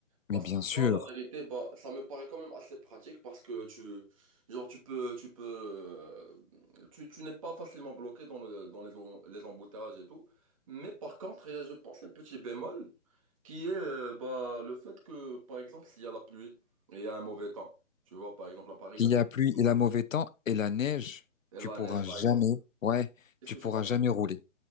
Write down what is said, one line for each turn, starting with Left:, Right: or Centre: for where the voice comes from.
Left: mais
Right: parce
Left: bien
Right: que
Left: sûr.
Right: moi, la vérité, bah, ça me paraît quand même assez pratique parce que tu, genre, tu peux, tu peux, euh, tu, tu n'es pas facilement bloqué dans le, dans les, em- les embouteillages et tout. Mais par contre, il y a, je pense, un petit bémol qui est, euh, bah, le fait que, par exemple, s'il y a la pluie et il y a un mauvais temps, tu vois, par exemple, à Paris,
Left: Il
Right: il y a
Left: y a pluie,
Right: toujours
Left: il a mauvais
Right: la-
Left: temps et la neige,
Right: et
Left: tu
Right: la
Left: pourras
Right: neige, par
Left: jamais,
Right: exemple.
Left: ouais,
Right: Qu'est-ce
Left: tu
Right: que tu
Left: pourras
Right: vas faire?
Left: jamais rouler.